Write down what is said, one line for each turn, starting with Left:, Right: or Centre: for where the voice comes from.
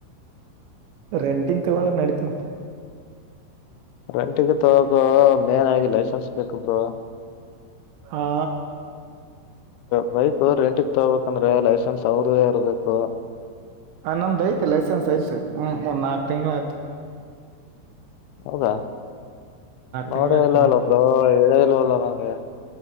Right: ರೆಂಟಿಗ್ ತಗೋ ನಡೆಯುತ್ತೆ
Left: ರೆಂಟಿಗೆ ತಗಗೋ ಮೇನ್ ಆಗಿ ಲೈಸೆನ್ಸ್ ಬೇಕಬ್ರ
Right: ಹಾ
Left: ಬೈಕ್ ರೆಂಟಿಗೆ ತಗಬೇಕಂದ್ರೆ ಲೈಸೆನ್ಸ್ ಅವ್ರದದೇ ಇರ್ಬೇಕು
Right: ಹ ನಮ್ದು ಐತಿ ಲೈಸೆನ್ಸ್ ಐ್ತು ಹ್ಮ ಒಂದ್ ನಾಕ್ ತಿಂಗಳ ಆಯ್ತು
Left: ಹೌದಾ ನೋಡ
Right: ತಿಂಗಳಾಯ್ತು
Left: ಇಲ್ಲ
Right: ಮಾಡಿ
Left: ಅಲ್ಲ ಬ್ರೋ ಹೇಳೇಲ್ವಲ್ಲ ನಂಗೆ